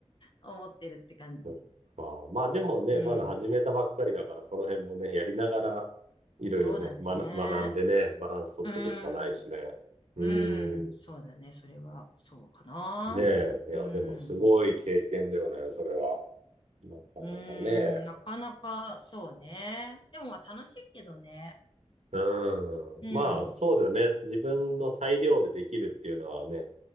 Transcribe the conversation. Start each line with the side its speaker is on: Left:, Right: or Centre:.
Left: 思ってるって感じ。
Right: っか。まあでもね、
Left: うん。
Right: まだ始めたばっかりだから、その辺もね、やりながら、いろいろね、
Left: そうだね。
Right: まな、学んでね、バランス取っていくしかないしね。
Left: うん。
Right: う
Left: うん。
Right: ん。
Left: そうだね。それは、そうかな。
Right: ねえ。いや、
Left: うん。
Right: でもすごい経験だよね、それは。なかなかね。
Left: うん。なかなか、そうね。でもまあ楽しいけどね。
Right: うん。
Left: うん。
Right: まあ、そうだよね。自分の裁量でできるっていうのはね、